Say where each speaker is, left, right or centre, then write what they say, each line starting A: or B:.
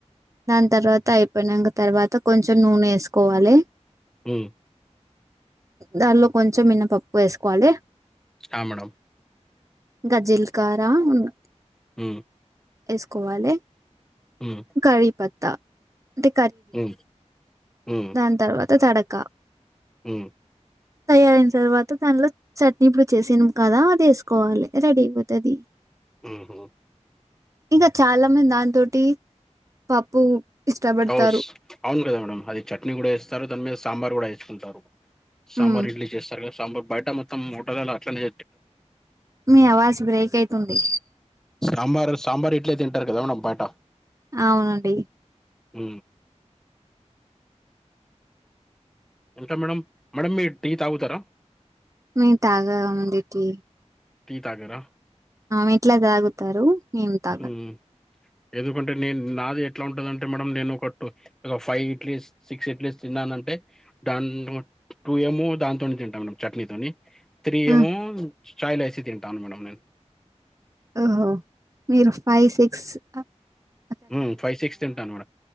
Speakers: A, on the right (about 25°); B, in the centre.
A: దాని తర్వాత అయిపోయినంక తర్వాత కొంచెం నూనె వేసుకోవాలి
B: ఉ
A: దాన్లో కొంచెం మినపప్పు వేసుకోవాలె
B: ఆ మేడమ్
A: గ జిల్కార ఉను
B: హు
A: ఏస్కోవాలె
B: హ్మ్.
A: కరి పత్తా అంటే
B: ఉ ఉ
A: దాన్ తర్వాత తడక
B: హు
A: తయారయినా తర్వాత దానిలో చట్నీ ఇప్పుడు చేసినం కదా అది ఎసుకోవాలె రెడీ అయిపోతది
B: ఉహూ
A: ఇంకా చాలా మంది దాన్ తోటి పప్పు ఇష్టపడతారు.
B: కౌస్ అవును కదా మేడం అది చట్నీ గుడా ఎస్తారు దాని మీద సాంబార్ గుడా వేసుకుంటారు సాంబార్
A: హ్మ్.
B: ఇడ్లీ చేస్తారు కదా సాంబార్ బయట మొత్తం హోటలల్ల అట్లానే
A: మీ అవాజ్ బ్రేక్ అయితుంది
B: సాంబారు సాంబార్ ఇడ్లే తింటారు కదా మేడమ్ బయటా
A: అవును అండి
B: ఉ ఇంకా మేడం మేడమ్ మీరు టీ తగుతరా
A: మేమ్ తాగం అండి టి
B: టీ తగరా
A: ఆమె ఇంట్ల తాగుతరు మేం తాగా
B: హ్మ్. ఎందుకంటే నేను నాది ఎట్లా ఉంటదంటే మేడం నేను ఒకట్టు ఒక ఫైవ్ ఇడ్లీస్ సిక్స్ ఇడ్లీస్ తిన్నాను అంటే దాన్ టూ ఏమో దాంతో నె తింటా మేడం చట్నీతోని త్రీ
A: ఆ!
B: ఏమో ఛాయిలా ఏసీ తింటాను మేడం నేను
A: ఓహో మీరు ఫైవ్ సిక్స్ తింటారా
B: ఉ ఫైవ్ సిక్స్ తింటాను మేడం